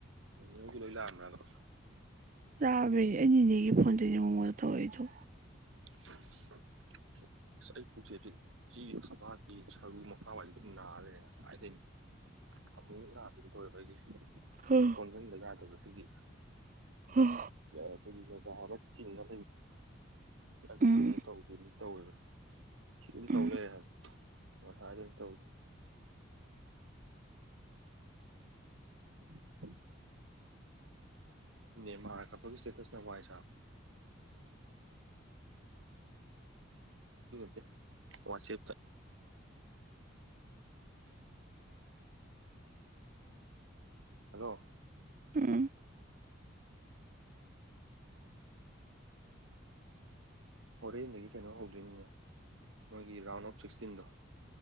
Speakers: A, on the right (about 80°); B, on the right (about 40°).
A: ꯌꯦ ꯀꯂꯂꯑꯃꯦꯅꯣ
B: ꯇꯥꯕ꯭ꯔꯦ ꯑꯩ ꯏꯅꯦꯒꯤ ꯐꯣꯟꯗꯅꯦ ꯃꯉꯣꯟꯗ ꯊꯣꯛꯧꯔꯛꯏꯗꯣ
A: <unintelligible> ꯑꯁ ꯑꯩ ꯄꯨꯛꯆꯦꯁꯤ ꯆ ꯊꯕꯀꯤ ꯁꯔꯨ ꯃꯈꯥꯋꯥꯏꯁ ꯑꯗꯨꯝ ꯅꯥꯈ꯭ꯔꯦ ꯉꯁꯥꯏꯗꯩꯅꯦ ꯑꯃ ꯑꯗꯨꯗꯣꯏꯕꯒꯤ
B: ꯍ
A: ꯀꯣꯟꯖꯟꯕ ꯌꯥꯗꯕ ꯑꯩꯈꯣꯏꯒꯤ
B: ꯎꯝ
A: ꯑꯩꯈꯣꯏꯒꯤ ꯁꯥ ꯥꯔꯠꯀꯤ ꯗ ꯉ
B: ꯎꯝ
A: ꯃꯑꯣꯡ ꯇꯧꯒꯦ ꯃꯤ ꯇꯧꯋꯦꯕ ꯁꯤ ꯑꯗꯨꯝ
B: ꯎꯝ
A: ꯇꯧ ꯂꯩꯦ ꯍꯥꯏꯕ ꯃ ꯊꯗ ꯊꯧ ꯎꯝ ꯅ ꯃꯥꯔ ꯀꯛꯄꯒꯤ ꯁꯇꯦꯇꯁꯅ ꯋꯥꯏ ꯇꯠꯇ ꯋꯥꯁꯤ ꯍꯜꯂꯣ
B: ꯎꯝ
A: ꯍꯣꯔꯦꯟꯗꯒꯤ ꯀꯩꯅꯣ ꯍꯧꯗꯣꯏꯅꯤꯉ ꯅꯣꯏꯒꯤ ꯔꯥꯎꯟ ꯑꯣꯞ ꯁꯤꯛꯁꯇꯤꯟꯗꯣ